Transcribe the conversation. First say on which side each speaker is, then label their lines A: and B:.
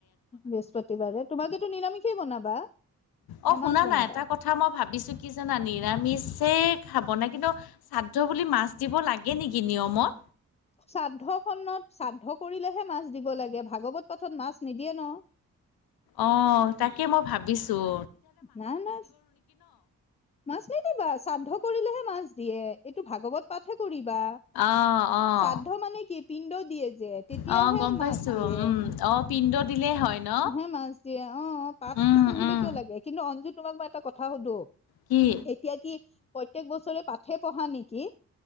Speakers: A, on the left; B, on the left.
A: বৃহস্পতিবাৰে তোমালোকে তো নিৰামিষেই বনাবা। নে
B: অ শুনা
A: মাছ বনাবা?
B: না এটা কথা মই ভাবিছোঁ কি জানা? নিৰামিষ চে খা বনায়, কিন্তু শ্ৰাদ্ধ বুলি মাছ দিব লাগে নেকি নিয়মত?
A: শ্ৰাদ্ধ খনত শ্ৰাদ্ধ কৰিলেহে মাছ দিব লাগে, ভাগৱত পাঠত মাছ নিদিয়ে ন।
B: অ তাকে মই ভাবিছোঁ।
A: নাই, নাই মাছ নিদিবা শ্ৰাদ্ধ কৰিলেহে মাছ দিয়ে। এইটো ভাগৱত পাঠহে কৰিবা।
B: অ', অ'।
A: শ্ৰাদ্ধ মানে কি পিণ্ড দিয়ে যে, তেতিয়াহে
B: অ গম পাইছো
A: মাছ দিয়ে।
B: উম অ পিণ্ড দিলেই হয় ন
A: হে মাছ দিয়ে। অ পাঠ
B: উম
A: নপঢ়িলে
B: উম
A: কিয় লাগে, কিন্তু অঞ্জু তোমাক মই এটা কথা সুধোঁ
B: কি
A: এতিয়া কি, প্ৰত্যেক বছৰে পাঠে পঢ়া নেকি?